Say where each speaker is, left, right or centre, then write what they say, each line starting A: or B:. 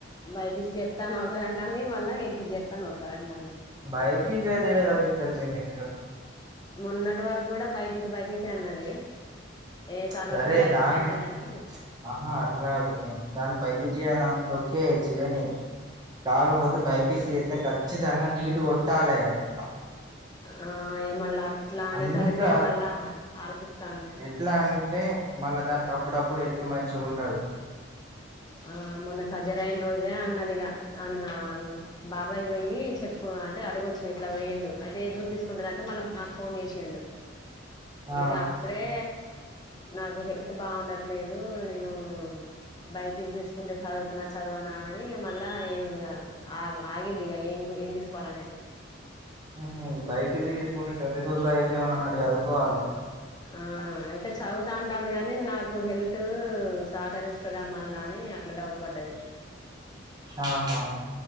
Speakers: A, on the left; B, on the right.
A: బై పి సి చెత్తను అని ఒకసారి అంటాంది మళ్ళా యం పి సి చెత్తను అని ఒకసారి అంటాంది
B: బై పి సి ఎడ చదివిస్తారు పిన్ని మీరు
A: మొన్నటి వరకు కూడా బైపీసి బైపీసి అన్నది ఏ సార్లు
B: సరే
A: వచ్చినా బైపీసీ
B: దానికి
A: అన్నది కాని
B: ఆహా అట్ల కాదు పిన్ని దాన్ని బై పి సి చేయాలని ఉంటే ఒకే చెయని కాకపోతే బై పీ సి అంత ఖచ్చితంగా నీటు కొట్టాలి అదిగా
A: ఆ ఏ మళ్ళా అట్లా అనే
B: అంత
A: సరికి మళ్ళా ఆలోచిస్త
B: ఎట్లా అంటే మల్ల దానికి అప్పుడప్పుడు హెల్త్ మంచిగా ఉండదు
A: ఆ మొన్న సజ్జరి అయిన రోజే అన్నదిగా అన్న బాబాయ్ పోయి చెప్పు అంటే అడుగొచ్చింది ఇట్లా పోయండు అయితే ఏ గ్రూప్ తీసుకుంటుదంటే మళ్ళ మాకు ఫోన్ చేసిండు
B: ఆ
A: ఇగ అప్పుడే నాకు హెల్త్ బాగుండట్లేదు నేను బయ బిసి తీసుకుంటే చదువుతున్నా చదవానా అని ఇగ మళ్ళీ ఏం ఆగింది ఇగ ఏం తీసుకో పనేది
B: ఉహు బైపిసి తీసుకుంటే ట్వంటీ ఫోర్ బై సెవెన్ అన్నట్టు చదువుకోవాలి
A: ఆ అయితే చదువుతా అంటాంది గానీ నాకు హెల్త్ సహకరిస్తదా మళ్ళా అని అట్లా డౌట్ పడ్డది
B: ఆహా